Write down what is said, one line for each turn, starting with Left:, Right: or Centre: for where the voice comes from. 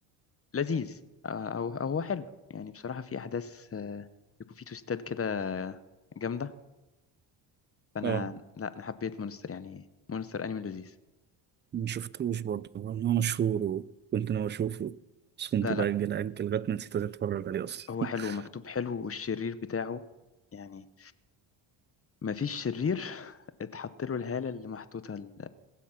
Left: لذيذ آه، او أو هو حلو يعني بصراحة في احداث آه، بيكون فيه توستات كده جامدة فانا
Right: اه
Left: لا انا حبيت مونستر يعني مونستر انمي لذيذ
Right: مشفتوش برضه هو إن هو مشهور وكنت ناوي أشوفه بس كنت
Left: لا
Right: بأجل
Left: لا
Right: أجل لغاية ما نسيت أتفرج عليه أصلا
Left: هو حلو
Right: <laughs>
Left: مكتوب حلو والشرير بتاعه يعني ما فيش شرير <laughs> اتحط له الهالة اللي محطوطة ل...